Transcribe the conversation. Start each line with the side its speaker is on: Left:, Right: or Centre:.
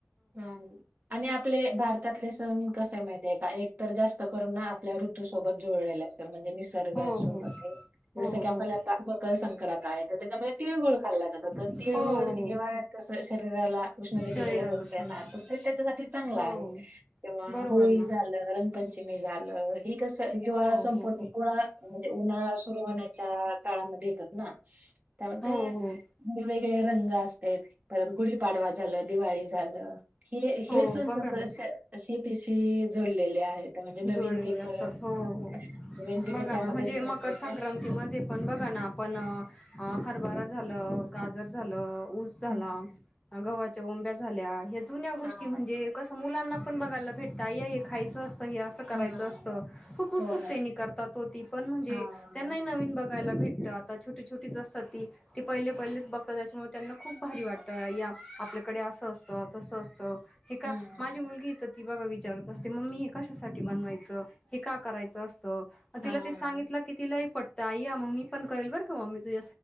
Right: ह आणि आपले भारतातले सण कसे माहित आहे का एक तर जास्त करून ना आपल्या ऋतूसोबत जुळलेल्या असतात म्हणजे निसर्गासोबत
Left: हो हो
Right: आहे
Left: हो
Right: जस की
Left: हो
Right: आपल्याला आता मकर संक्रांती काय तर त्याच्यामध्ये तिळगुळ खाल्ला जातो तर
Left: हो
Right: तिळगुळ
Left: हो
Right: हिवाळ्यात कस शरीराला उष्णतेची
Left: शरीराला
Right: गरज असते
Left: छान
Right: ना
Left: वाटतं
Right: तर ते त्याच्यासाठी चांगलं
Left: हो
Right: आहे तेव्हा
Left: बरोबर
Right: होळी
Left: ना
Right: झाल रंगपंचमी झालं हि कस हिवाळा
Left: हो
Right: संपून
Left: हो
Right: पोळा म्हणजे उन्हाळा सुरू होण्याच्या काळामध्ये ना त्यामध्ये
Left: हो हो
Right: वेगवेगळे रंग असते तर गुढीपाडवा झालं दिवाळी झालं हे हे
Left: हो
Right: सण
Left: बघा
Right: कस
Left: ना
Right: श शेतीशी जुडलेले आहेत म्हणजे
Left: जुळलेले
Right: नवीन पिकं
Left: असतात हो
Right: हां.
Left: हो
Right: नवीन पिकं
Left: बघा
Right: त्यामध्येच
Left: ना म्हणजे मकर
Right: घेतो
Left: संक्रांती
Right: ते.
Left: मध्ये पण बघा ना आपण अ हरभारा झालं गाजर झालं ऊस झाला
Right: हं.
Left: गव हे उंब्या झाल्या हे जुन्या गोष्टी
Right: हां.
Left: म्हणजे कसं मुलांना पण बघायला भेटता या हे खायचं असत हे अस करायचं
Right: हां.
Left: असतं खुप उत्सुकतेने
Right: हो ना.
Left: करतात हो ती पण म्हणजे
Right: हां.
Left: त्यांना हे नवीन बघता बघायला भेटत आता छोटी छोटीच असतात ती ती पहिले पहिलेच बघतात अशी मग त्यांना खूप भारी वाटत आपल्याकडे असं असतं तस असतं हे का
Right: हं, हं.
Left: माझी मुलगी येते ती बघा विचारत असते मम्मी हे कशासाठी बनवायच हे का करायचं असतं मग
Right: हां.
Left: तिला ते सांगितलं की तिला पटतं या मग मी पण करेल बर का मम्मी तुझ्या